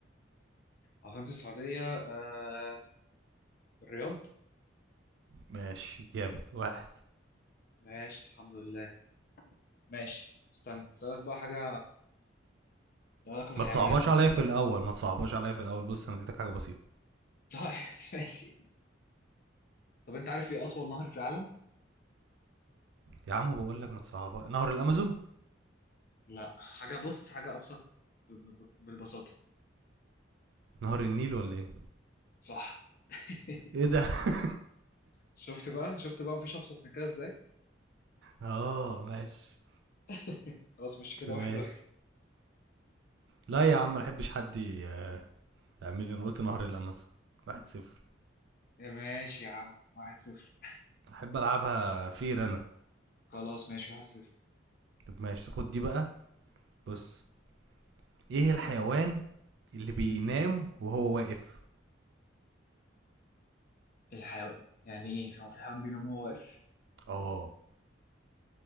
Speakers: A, on the left; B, on the right.
A: عاصمة السعودية آه الرياض
B: ماشي جامد واحد
A: ماشي الحمد لله ماشي استنى اسألك بقى حاجة لو أكل
B: ما
A: حيوانات
B: تصعبهاش
A: مثلا
B: عليا في الاول ما تصعبهاش عليا في الاول بص انا اديتك حاجه بسيطه
A: <laughs> طيب ماشي طب أنت عارف إيه أطول نهر في العالم؟
B: يا عم بقول لك ما تصعبها نهر الامازون
A: لا حاجة بص حاجة أبسط بال- بالبساطة
B: نهر النيل ولا ايه
A: صح <laughs>
B: ايه ده <laughs>
A: شفت بقى شفت بقى مفيش أبسط من كده إزاي؟
B: اه ماشي
A: <laughs> خلاص مش كده
B: ماشي
A: واحد واحد
B: لا يا عم ما احبش حد ي- آه، يعمل لي انا قلت نهر الامازون واحد صفر
A: إيه، ماشي يا عم واحد صفر
B: احب العبها فير انا
A: <laughs> خلاص ماشي واحد صفر
B: طب ماشي خد دي بقى بص ايه الحيوان اللي بينام
A: مم.
B: وهو واقف
A: الحيوان يعني ايه هو في حيوان بينام وهو واقف
B: اه